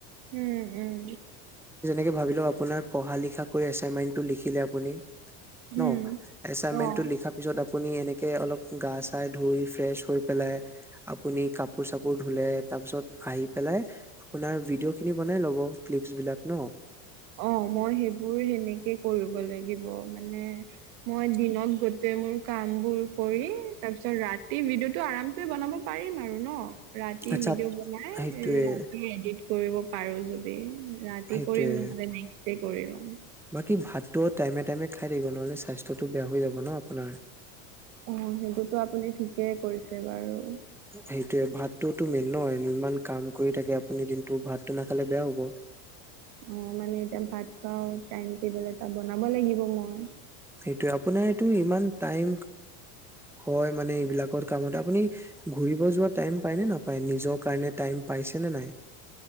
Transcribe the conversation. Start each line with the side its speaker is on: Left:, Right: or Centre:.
Right: উম উম
Centre: ভাবিলোও আপোনাৰ পঢ়া লিখা কৰি এইনমেন্টো লিখিলে আপুনি ন‌
Right: উম
Centre: আচাইমে‌তো
Right: অ
Centre: লিখা পাছত আপুনি এনেকে অলপ গা চাহ ধুই ফেচ্ হৈ পেলাই আপুনি কাপোৰ চাপোৰ ধুলে তাৰ পিছত আহি পেলাই আপোনাৰ ভিডিঅ' খিনি মানে লগৰ ফিছ বিলাক ন
Right: অ মই সেইবোৰ সেনেকে কৰিব লাগিব মানে মই দিনত গোট মোৰ কাম বোৰ কৰি তাৰ পিছত ৰাতি ভিডিঅ' টো আমাৰ চে বনাব পাৰিম আৰু আৰু ন ৰাতি
Centre: আচ্ছা
Right: ভিডিঅ' বনাই
Centre: সেইটোয়ে
Right: ৰাতি এডিট কৰিব পাৰোঁ যদি ৰাতি
Centre: সেইটোয়ে
Right: কৰিম ন কৰিম
Centre: বাকী ভাতটো টাইমে টাইমে খাই থাকিব নহ'লে স্বাস্থ্যটো বেয়া হৈ যাব ন আপোনাৰ
Right: অ সেইটোতো আপুনি ঠিকেই কৰিছে বাৰু
Centre: সেইটোয়ে ভাতটোতো মেইন নহয় ইমান কাম কৰি থাকে আপুনি দিনটো ভাতটো নাখালে বেয়া হ'ব
Right: অ মানে এতিয়া ভাত খাও টাইম টব এটা বনাব লাগিব মই
Centre: সেইটোৱে আপোনাৰ এইটো ইমান টাইম হয় মানে এইবিলাক কামত আপুনি ঘূৰিব যোৱা টাইম পাই নে নাপাই নিজৰ কাৰণে টাইম পাইছে নে নাই